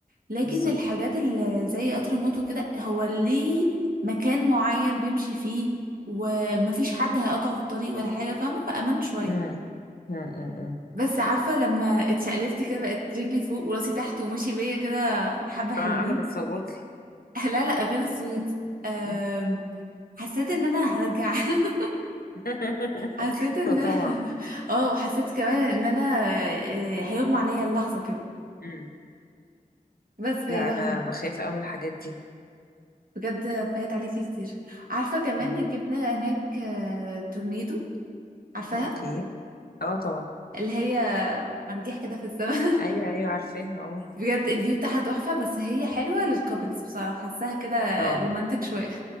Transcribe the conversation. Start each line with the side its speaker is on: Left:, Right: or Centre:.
Right: لكن
Left: بالظبط
Right: الحاجات اللي زي قطر الموت وكده هو ليه مكان معين بيمشي فيه ومفيش حد هيقطعه في الطريق ولا حاجة فاهمة فأمنت شوية
Left: مم. مم. مم. مم.
Right: بس عارفة لما اتشقلبت كده بقت رجلي فوق وراسي تحت ومشي بيا كده حبة حلوين
Left: طبعا انا بتصوتي
Right: <laughs> لا لا غير الصويت أم،
Left: مم.
Right: حسيت ان انا هرجع <laughs>
Left: <laughs>
Right: حسيت ان
Left: فطبعا
Right: أنا- <laughs> اه حسيت كمان ان انا آه، هيغمى عليا اللحظة كده
Left: مم.
Right: بس
Left: لا
Right: هي تحفة
Left: انا بخاف قوي من الحاجات دي
Right: بجد فايت عليكي كتير عارفة كمان
Left: مم.
Right: ركبنا هناك آه، تورنيدو عارفاها
Left: اوكي اه طبعا
Right: اللي هي مرجيح كده في السماء <laughs>
Left: ايوه ايوه عارفاها اه
Right: بجد الفيو بتاعها تحفة بس هي حلوة للكابلز بصراحة حاساها كده
Left: اه
Right: رومانتك شوية